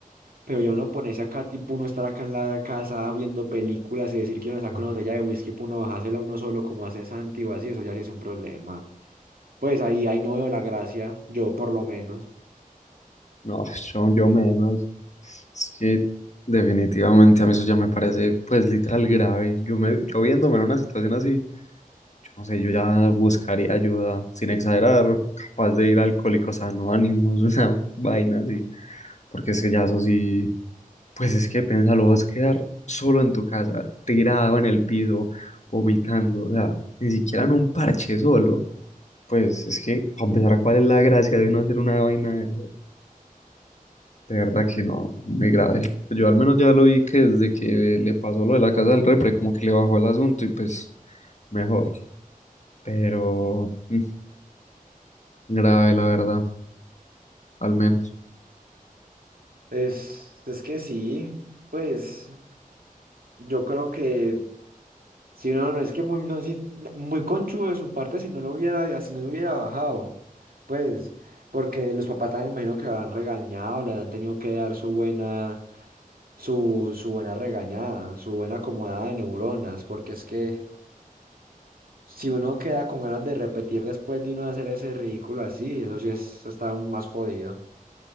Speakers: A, on the right (about 80°); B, on the left (about 50°).
A: Pero ya uno ponerse acá, tipo uno estar acá en la casa viendo películas y decir que uno saca una botella de whisky para uno bajársela uno solo como hace Santi o así, eso ya sí es un problema. Pues ahí, ahí no veo la gracia, yo por lo menos.
B: No, <laughs> yo, yo menos. Es que definitivamente a mí eso ya me parece, pues, literal grave. Yo me, yo viéndome en una situación así, yo no sé, yo ya buscaría ayuda, sin exagerar, capaz de ir a Alcohólicos Anónimos, <laughs> una vaina así. Porque es que ya eso sí, pues es que piénsalo, vas a quedar solo en tu casa, tirado en el piso, vomitando, o sea, ni siquiera en un parche solo. Pues es que, para empezar, ¿cuál es la gracia de no hacer una vaina? De verdad que no, muy grave. Pues yo al menos ya lo vi que desde que le pasó lo de la casa del repre, como que le bajó el asunto y pues mejor. Pero mm, grave, la verdad, al menos.
A: Es, es que sí, pues yo creo que si no, no es que muy, no, sí, muy conchudo de su parte si no lo hubiera, si no lo hubiera bajado, pues porque los papás también imagino que lo han regañado, le han tenido que dar su buena su, su buena regañada, su buena acomodada de neuronas, porque es que si uno queda con ganas de repetir después de uno hacer ese ridículo así, eso sí es, eso está aún más jodido.